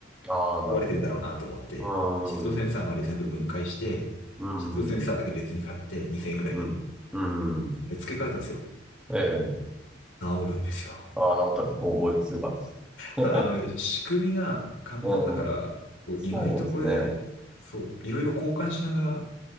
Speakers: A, in the centre; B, on the left.
A: ああ、なるほど。
B: 壊れてんだろうなと思って、
A: う
B: 湿度センサーまで全部分解して、
A: ーん。うーん。
B: 湿度センサーだけ別に買って2000円ぐらいで。
A: うん。うん。
B: で、付け替えたんですよ。
A: ええ
B: 治るんですよ。
A: ああ、治ったですね。方法です。よかったですね。<laughs>
B: ただ、あの、仕組みが簡単だから、
A: うん。
B: こう意外とこれ、
A: そうですね。は
B: そう、いろいろ交換しながら